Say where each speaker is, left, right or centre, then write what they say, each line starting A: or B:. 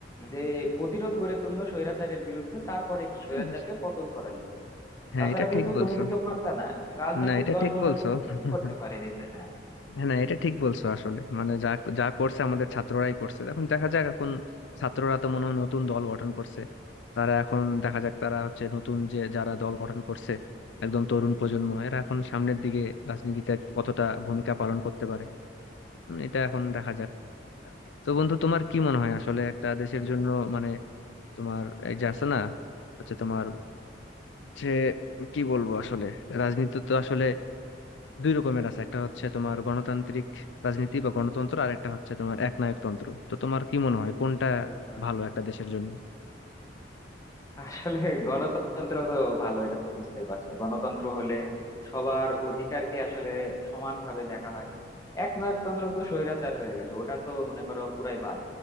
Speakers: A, on the left (about 20°); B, on the left (about 80°).
A: যে প্রতিরোধ গড়ে তুললো স্বৈরাচারের বিরুদ্ধে তারপরে কি স্বৈরাচারকে
B: হ্যাঁ
A: পতন করালো
B: হ্যাঁ,
A: তাছাড়া
B: এটা
A: কিন্তু
B: ঠিক বলছো
A: তুমি কিন্তু পারতা না রাজনৈতিক
B: না এটা
A: দলগুলো
B: ঠিক বলছো
A: কিন্তু কিছুই
B: <laughs>
A: করতে পারেনি তাই না
B: না এটা ঠিক বলছো আসলে মানে যা যা করছে আমাদের ছাত্ররাই করছে এখন দেখা যাক এখন ছাত্ররা তো মনে হয় নতুন দল গঠন করছে তারা এখন দেখা যাক তারা হচ্ছে নতুন যে যারা দল গঠন করছে একদম তরুণ প্রজন্ম এরা এখন সামনের দিকে রাজনীতিতে কতটা ভূমিকা পালন করতে পারে উম, এটা এখন দেখা যাক তো বন্ধু তোমার কি মনে হয় আসলে একটা দেশের জন্য মানে তোমার এই যে আছে না হচ্ছে তোমার হচ্ছে কি বলবো আসলে রাজনীতি তো আসলে দুই রকমের আছে একটা হচ্ছে তোমার গণতান্ত্রিক রাজনীতি বা গণতন্ত্র আর একটা হচ্ছে তোমার একনায়কতন্ত্র তো তোমার কি মনে হয় কোনটা
A: বুঝতে পারছি
B: ভালো একটা দেশের জন্য
A: আসলে গণতন্ত্র তো ভালো এটা তো বুঝতেই পারছো গণতন্ত্র হলে সবার অধিকারকে আসলে সমানভাবে দেখা হয় একনায়কতন্ত্র তো স্বৈরাচার হয়ে গেল ওটা তো মনে করো পুরাই বাদ